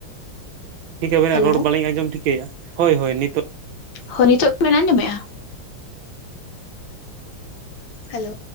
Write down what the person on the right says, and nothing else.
ᱴᱷᱤᱠ ᱟᱵᱮᱱᱟᱜ
ᱨᱚᱲ ᱵᱟᱹᱞᱤᱧ ᱟᱸᱡᱚᱢ ᱴᱷᱤᱠᱟᱹᱭᱟ ᱦᱳᱭ ᱦᱳᱭ ᱱᱤᱛᱚ